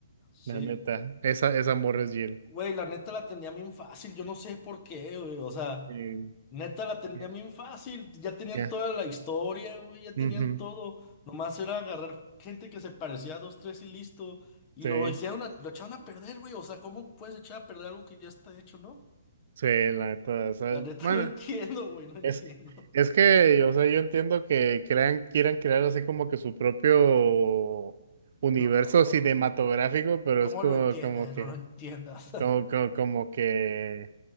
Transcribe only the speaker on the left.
Sí.
Güey, la neta la tenía bien fácil, yo no sé por qué, güey. O sea,
neta la tenía
bien fácil. Ya tenían
toda la historia, güey, ya
tenían todo. Nomás era agarrar gente que se parecía a dos, tres y listo. Y
lo hicieron, a- lo echaron a perder, güey. O sea, ¿cómo puedes echar a perder algo que ya está hecho, no?
La neta
<laughs> no entiendo, güey, no entiendo.
No.
¿Cómo
lo entiendas?
No lo entiendas.